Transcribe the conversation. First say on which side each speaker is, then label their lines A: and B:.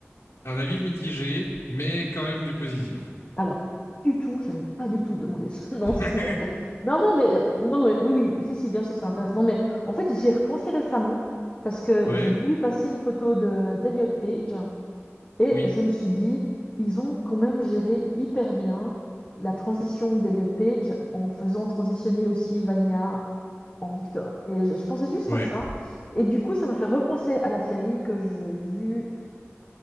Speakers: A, on the left; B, on the left.
A: un avis mitigé, mais quand même du positif.
B: Alors, du tout, je n'avais pas du tout demandé ça. <laughs> Non,
A: <laughs>
B: si, en fait. Non, non, mais, euh, non, non, mais- oui, oui, si, si, bien sûr, ça m'intéresse. Non, mais en fait, j'y ai repensé récemment parce que
A: ouais,
B: j'ai vu passer une photo de d'Elliot Page et
A: oui,
B: je me suis dit, ils ont quand même géré hyper bien la transition d'Elliot Page en faisant transitionner aussi Vania en Victor. Et je, je pensais juste
A: ouais.
B: à ça. Et du coup, ça m'a fait repenser à la série que j'ai vue